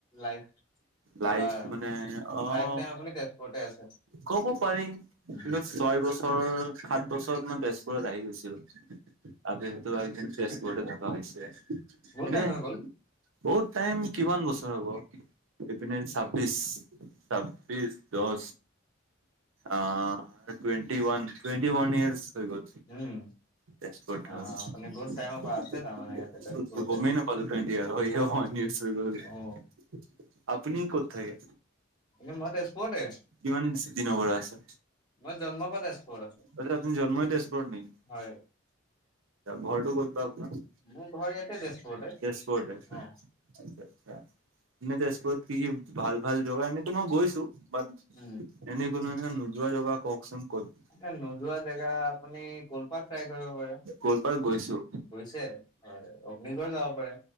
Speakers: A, on the left; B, on the right.
A: লাইফ?
B: লাইফ
A: পুৰা
B: মানে, অ'!
A: লাইফ টাইম আপুনি তেজপুৰতে আছে
B: ক'ব পাৰি!
A: উম
B: কিন্তু, ছয় বছৰ-সাত বছৰত মই, তেজপুৰত আহি গৈছিলোঁ। আগে সেইটো আগে, তেজপুৰতে থকা হৈছিলে। <unintelligible>
A: বহুত টাইম হৈ গ'ল
B: টাইম কিমান বছৰ হ'ব! এইপিনে, ছাব্বিশ ছাব্বিছ, দহ আঁ twenty one, twenty one years হৈ গ'ল।
A: উম
B: তেজপুৰত থাকা।
A: অ আপুনি বহুত টাইমৰ পৰা আছে তাৰমানে ইয়াতে তেজপুৰতে
B: গমেই নাপালোঁ। টুৱেন্টি হয়, এ, নহয়
A: অ
B: <unintelligible> আপুনি ক'ত থাকে?
A: এ, মই তেজপুৰতে।
B: কিমান দিনৰ পৰা আছা?
A: মই জন্ম পৰা তেজপুৰত আছোঁ।
B: মানে, আপুনি জন্মই তেজপুৰত নেকি?
A: হয়!
B: ঘৰটো ক'ত বা আপোনাৰ?
A: মোৰ ঘৰ ইয়াতে, তেজপুৰতে।
B: তেজপুৰতে
A: অ'!
B: আচ্ছা, আচ্ছা। এনে, তেজপুৰত কি, ভাল-ভাল <unintelligible> এনেতো মই গৈছোঁ। বাত এনে, কোনোবা
A: উম
B: এদিনাখন নোযোৱা জেগা কওঁকচোন, ক'ত?
A: এ, নোযোৱা জেগা মানে, আপুনি গোৱালপাৰ ট্ৰাই কৰিব পাৰে।
B: গোৱালপাৰ গৈছোঁ।
A: গৈছে, হয়! অগ্নিগড় যাব পাৰে।